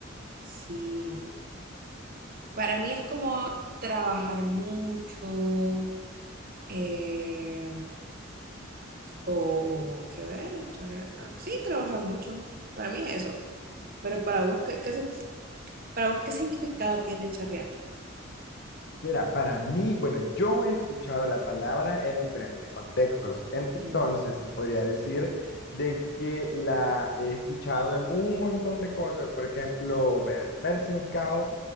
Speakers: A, on the right; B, on the left.
A: Sí, para mí es como trabajar mucho, eh, o, qué ver, charriata. Sí, trabajar mucho. Para mí es eso. Pero para vos, ¿qué, qué se, ¿Para vos qué significado tiene chorriata?
B: Mira, para mí, bueno, yo he escuchado la palabra en diferentes contextos, entonces
A: Ujú,
B: te podría decir de que la he escuchado en un montón de cosas, por ejemplo, ver, ver significado